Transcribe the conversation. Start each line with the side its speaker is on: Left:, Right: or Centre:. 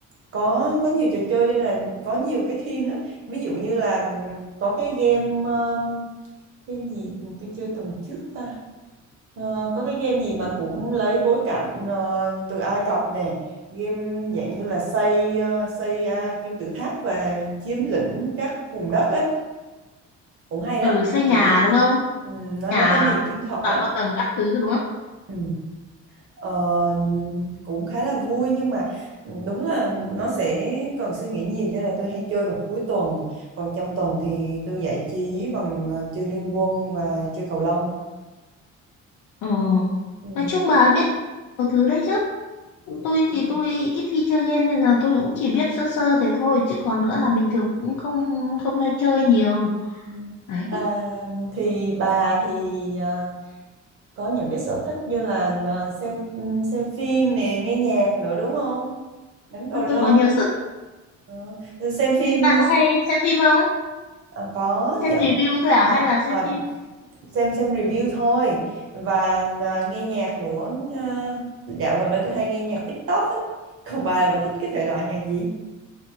Right: có có nhiều trò chơi nên là có nhiều cái theme lắm ví dụ như là có cái game um, game gì tôi chơi tuần trước ta Ờ, có cái game gì mà cũng lấy bối cảnh ờ, từ Ai Cập nè game dạng như là xây ờ, xây à, kim tự tháp và chiếm lĩnh các vùng đất ấy cũng hay
Left: ừ,
Right: lắm
Left: xây nhà
Right: kiểu như
Left: đúng không?
Right: ừm, nó
Left: Nhà
Right: nó có nhiều chiến thuật
Left: và
Right: lắm
Left: có tầng các thứ đúng không?
Right: Ừ. Ờ, cũng khá là vui nhưng mà ừ, đúng là nó sẽ cần suy nghĩ nhiều cho nên là tôi hay chơi vào cuối tuần còn trong tuần thì tôi giải trí bằng ờ, chơi liên quân và chơi cầu lông
Left: Ừ.
Right: ừ.
Left: Nói chung bà biết nhiều thứ đấy chứ. Tôi thì
Right: Ừ.
Left: tôi ít khi chơi game nên là tôi cũng chỉ biết sơ sơ thế thôi chứ còn nữa là bình thường cũng không không hay chơi nhiều.
Right: Ừ.
Left: Đấy.
Right: À, thì bà thì ờ, có những cái sở thích như là ờ, xem ừ, xem phim nè nghe nhạc nữa đúng không đánh cầu
Left: Nên
Right: lông
Left: tôi có nhiều sở thích.
Right: Ờ, xem phim
Left: Bà có hay xem phim không?
Right: Ờ, có
Left: Xem
Right: dạ v-
Left: review thôi à
Right: ờ,
Left: hay là xem
Right: ờ,
Left: phim?
Right: xem xem review thôi và à, nghe nhạc nữa à, dạo gần đây tôi hay nghe nhạc TikTok ấy còn bà là bà thích cái thể loại nhạc gì